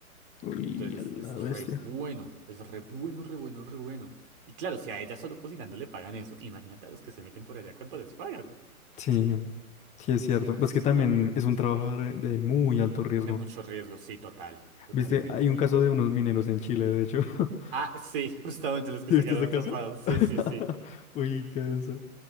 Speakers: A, on the left; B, on the right.
A: Uy,
B: Entonces
A: a
B: es,
A: la
B: es
A: bestia.
B: re bueno, es re bueno, re bueno, re bueno. Y claro, si a ella solo cocinando le pagan eso, imagínate a los que se meten por allá cuánto les pagan.
A: Sí, sí es cierto.
B: Entonces
A: Es que
B: es
A: también
B: una locura.
A: es un trabajo de, de muy alto riesgo.
B: De mucho riesgo, sí, total, totalmente.
A: Viste, hay un caso de unos mineros en Chile, de hecho. <laughs>
B: Ah, sí, <laughs> justamente los que
A: ¿Sí
B: se
A: ¿Viste
B: quedaron
A: ese
B: atrapados.
A: caso?
B: Sí,
A: <laughs>
B: sí, sí.
A: Uy, qué denso.